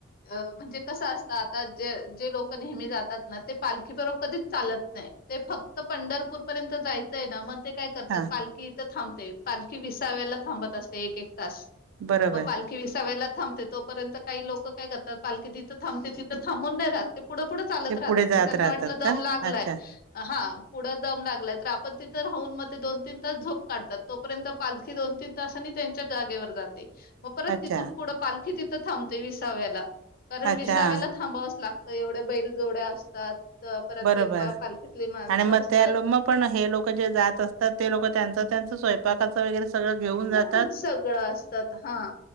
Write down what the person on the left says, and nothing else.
अ म्हणजे कस असत आता, जे, जे लोक नेहमी जातात ना, ते पालखी बरोबर कधीच चालत नाही. ते फक्त पंढरपूर पर्यंत जायचय ना, मग ते काय करतात,
पालखी इथ थांबते, पालखी विसाव्याला थांबत असते एक एक तास.
मग पालखी विसाव्याला थांबते, तोपर्यंत काही लोक काय करतात, पालखी तिथ थांबते तिथ थांबून नाही राहात. ते पुढ पुढ चालत
राहतात,
मग त्यांना
वाटल दम
लागलाय,
हा पुढ दम लागलाय तर आपण, तिथ राहून मग ते दोन तीन तास झोप काढतात, तोपर्यंत पालखी दोन तीन तासांनी त्यांच्या जागेवर जाते. मग परत
तिथून पुढ पालखी तिथ थांबते विसाव्याला, कारण
विसाव्याला
थांबावच लागत. एवढे बैल जोड्या असतात, तर परत
ते पालखीतले माणस
असतात.
हा, सगळ असतात, हां.